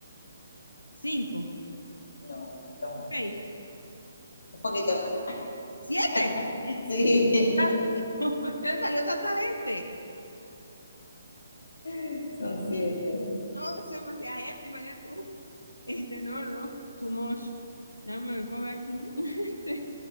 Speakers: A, on the left; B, on the left.
A: Cinco,
B: No, un poquito más.
A: seis,
B: Un poquito más.
A: siete.
B: <laughs>
A: ¡Ay! <laughs> ¿Por salió tanta gente?
B: Sí, son siete.
A: No, es demasiada gente, imagínate tú. Este, no, no, too much. Déjame ver por aquí. <laughs> Este,